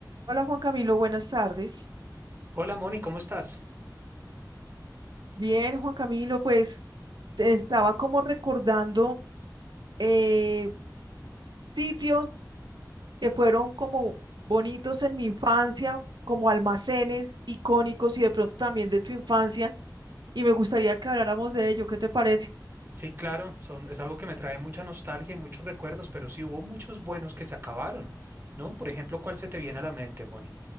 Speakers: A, on the right; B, on the right.
A: Hola Juan Camilo, buenas tardes.
B: Hola Moni, ¿cómo estás?
A: Bien, Juan Camilo, pues te estaba como recordando eh, sitios que fueron como bonitos en mi infancia, como almacenes icónicos y de pronto también de tu infancia, y me gustaría que habláramos de ello. ¿Qué te parece?
B: Sí, claro, son, es algo que me trae mucha nostalgia y muchos recuerdos, pero sí hubo muchos buenos que se acabaron, ¿no? Por ejemplo, ¿cuál se te viene a la mente, Moni?